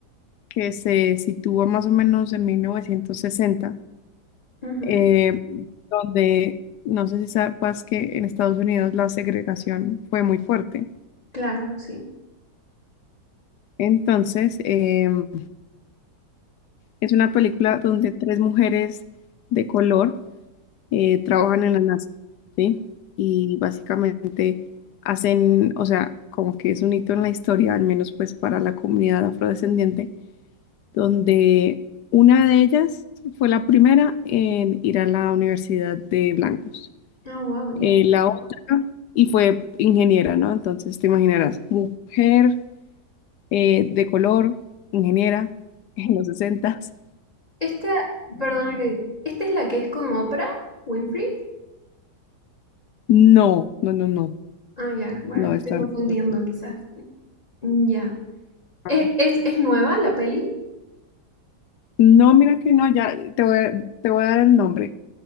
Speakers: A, on the left (about 75°); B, on the left (about 25°).
A: que se sitúa más o menos en 1960,
B: Ujú,
A: eh, donde no sé si sabes que en Estados Unidos la segregación fue muy fuerte.
B: Claro, sí.
A: Entonces, em, Es una película donde tres mujeres de color eh, trabajan en la NASA, ¿sí? Y básicamente hacen, o sea, como que es un hito en la historia, al menos pues para la comunidad afrodescendiente, donde una de ellas fue la primera en ir a la universidad de blancos.
B: Ah, wow, ya.
A: Eh, la otra, y fue ingeniera, ¿no? Entonces te imaginarás, mujer eh, de color, ingeniera <laughs> en los 60s.
B: Esta, perdona que, ¿esta es la que es con Oprah Winfrey?
A: No, no, no, no,
B: Ah, ya, bueno,
A: no,
B: me
A: esta
B: estoy confundiendo
A: no. es. así.
B: quizás. Ya. ¿Es,
A: Ah.
B: es, es nueva la peli?
A: No, mira que no, ya te voy a, te voy a dar el nombre,